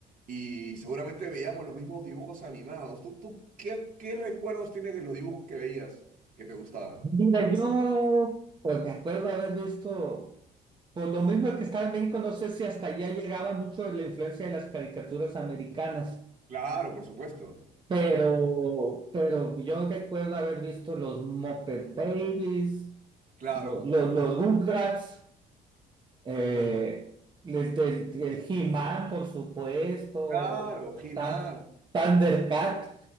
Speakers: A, on the right; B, on the right.
A: Y seguramente veíamos los mismos dibujos animados. ¿Tú, tú qué, qué recuerdos tienes de los dibujos que veías que te gustaban?
B: Mira, yo pues me acuerdo haber visto, por lo mismo que estaba en México, no sé si hasta allá llegaba mucho la influencia de las caricaturas americanas.
A: Claro, por supuesto.
B: Pero, pero yo recuerdo haber visto los Muppet Babies,
A: Claro.
B: lo- los, los, Rugrats, eh,
A: Los-
B: este, el, el He-Man, por supuesto,
A: claro, He-Man,
B: Tan- Thundercat,